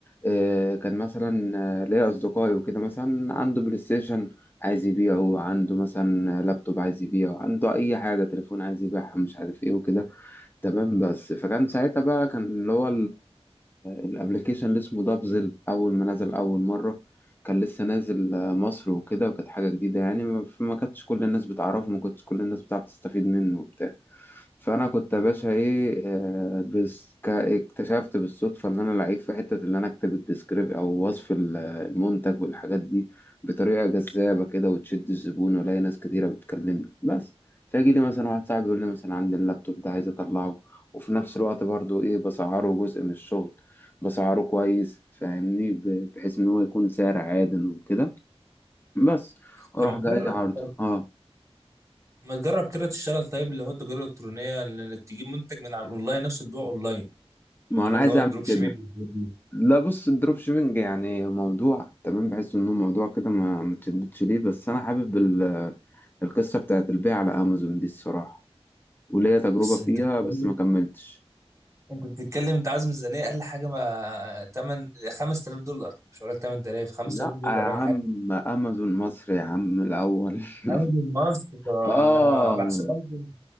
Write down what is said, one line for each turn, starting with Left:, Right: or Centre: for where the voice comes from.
Left: آه، كان مثلا آه، ليا اصدقائي وكده مثلا عنده بلاي ستيشن عايز يبيعه عنده مثلا لابتوب عايز يبيعه عنده اي حاجه تليفون عايز يبيعها مش عارف ايه وكده تمام بس فكان ساعتها بقى كان اللي هو الابلكيشن اللي اسمه دابزل اول ما نزل اول مره كان لسه نازل آه، مصر وكده وكانت حاجه جديده يعني ما فما كانتش كل الناس بتعرفه ما كنتش كل الناس بتعرف تستفيد منه وبتاع فانا كنت يا باشا ايه آه، بس ك- اكتشفت بالصدفه ان انا لعيب في حته اللي انا اكتب الديسكريب او وصف ال- المنتج والحاجات دي بطريقه جذابه كده وتشد الزبون والاقي ناس كتيره بتكلمني بس فيجي لي مثلا واحد صاحبي يقول لي مثلا عندي اللابتوب ده عايز اطلعه وفي نفس الوقت برضو ايه بسعره جزء من الشغل بسعره كويس فاهمني ب- بحيث ان هو يكون سعر عادل وكده بس
Right: طب
Left: اروح
Right: ما
Left: جاي
Right: تجرب
Left: عرضه
Right: طب
Left: اه
Right: ما تجرب كده تشتغل طيب اللي هو التجاره الالكترونيه انك تجيب منتج من على الاونلاين نفسه تبيعه اونلاين
Left: ما
Right: تبقى جرب
Left: انا
Right: اللي
Left: عايز
Right: هو
Left: اعمل
Right: الدروب شيبينج
Left: كده
Right: والحاجات دي.
Left: لا بص الدروب شيبينج يعني موضوع تمام بحس انه موضوع كده ما متشددش ليه بس انا حابب ال- القصة بتاعت البيع على امازون دي الصراحة وليا تجربة
Right: بس
Left: فيها
Right: انت بتتكلم
Left: بس ما كملتش
Right: انت بتتكلم انت عايز ميزانيه اقل حاجه ما 8 5000 دولار مش هقول لك 8000 5000
Left: لا
Right: دولار
Left: يا عم
Right: اقل حاجه
Left: امازون مصر يا عم الاول <laughs>
Right: امازون مصر
Left: اه
Right: انا بحسب امازون